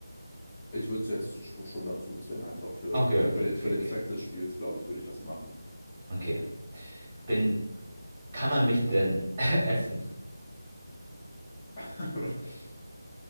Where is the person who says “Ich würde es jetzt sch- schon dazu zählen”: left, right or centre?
Left